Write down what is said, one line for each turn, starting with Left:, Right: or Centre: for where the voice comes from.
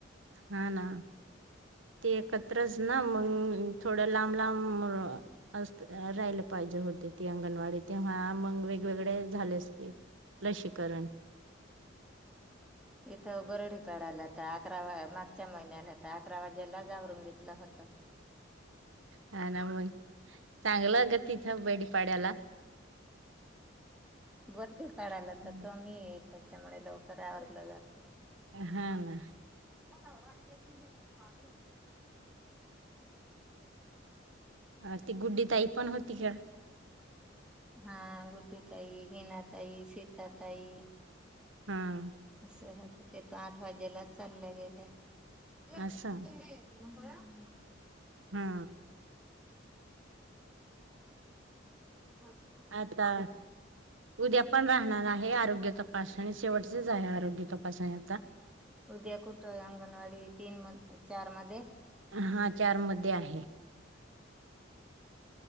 Right: हा ना, ते एकत त्रस ना मंग थोडं लांब लांब अ.. असते राहिलं पाहिजे होते ती अंगणवाडी तेव्हा मग वेगवेगळे झाले असते लसीकरण
Centre: इथ बरडी उतळाला तर अकरा वा मागच्या महिन्याला तर अकरा वाजेला जावरून घेतलं होत.
Right: हा ना मग चांगलं ग तिथं बेडीपाड्याला
Centre: बोल चढायला
Right: हा
Centre: तरी त्यामुळे लवकर आवरल जातं.
Right: हा ना
Centre: <inaudible> पादरी <inaudible>
Right: अ.. ती गुड्डी ताई पण होती का?
Centre: हा गुड्डी ताई, हिना ताई, सीता ताई
Right: हा...
Centre: चलत होत्या ते, आठ वाजेला चाल्या गेल्या. <inaudible> हम्म.
Right: असं
Centre: <inaudible>
Right: हा
Centre: <inaudible> <inaudible>
Right: आता उद्या पण राहणार आहे आरोग्या तप पाषण शेवटचेच आहे. आरोग्य तपाासणी आता.
Centre: उद्या कुठं? अंगणवाडी तीन म चार मध्ये.
Right: हा चार
Centre: हम्म...
Right: मध्ये आहे